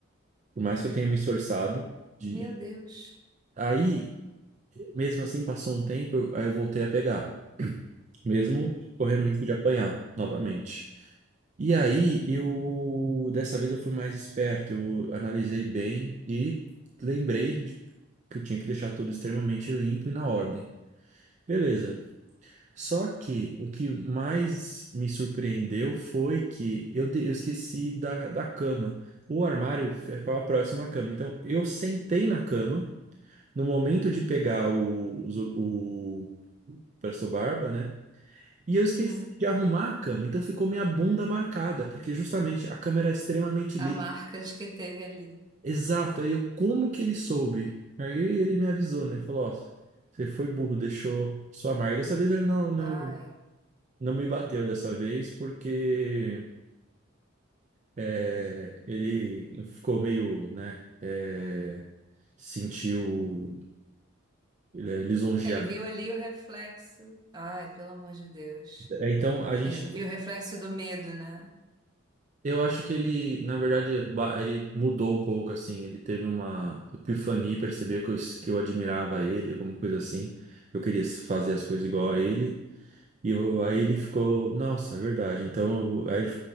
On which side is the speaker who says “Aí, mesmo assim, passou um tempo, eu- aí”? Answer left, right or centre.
Right